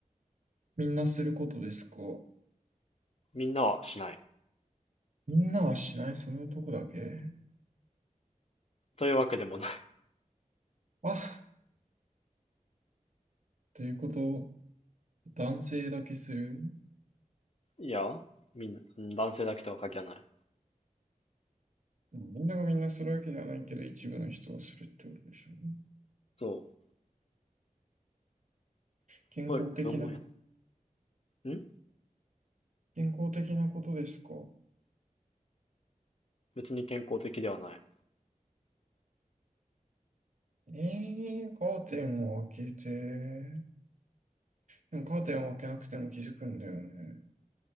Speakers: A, on the right; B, on the left.
A: みんなすることですか
B: みんなはしない。
A: みんなはしないその男だけ
B: というわけでもな
A: あということを男性だけする。
B: い。いや、みん、男性だけとは限らない。
A: でもみんながみんなするわけではないけど、一部の人をするってことでしょうね。
B: そう。
A: 健康的な、
B: これ、両毛やな。ん
A: 健康的なことですか。
B: 別に健康的ではない。
A: えー、カーテンを開けて。でもカーテンを開けなくても気づくんだよね。